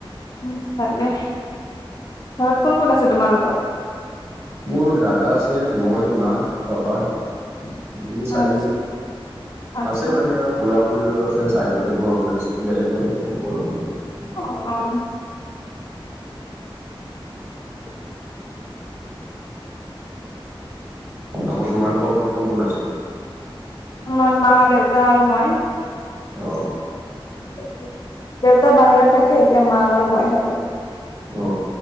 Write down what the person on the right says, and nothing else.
মোৰ দাদা আছে মই মা পাপা। তুমি চাৰিজনী
আছে মানে খুৰা খুৰিহত। <unintelligible> আছে ছাইডতে ঘৰ বনাইছে বেলেগ বেলেগকে থাকো আৰু <unintelligible>
আকৌ তোমালোকৰ ঘৰত কোন কোন আছে।
অ।
অ